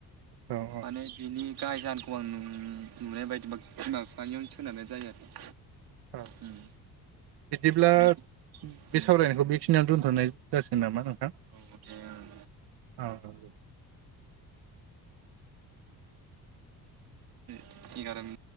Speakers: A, on the right; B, on the right.
A: औ
B: माने बिनि गाहाय जाहोनखौ आं नु नुनाय बाय बिमा बिफानियावनो सोनारनाय जायो आरो।
A: ओ
B: उम
A: बिदिब्ला
B: बे उम
A: बे सावरायनायखौ बेखिनियावनो दोनथनाय जासिगोन नामा नोंथां
B: औ दे ओं
A: औ।
B: एगारोमोन।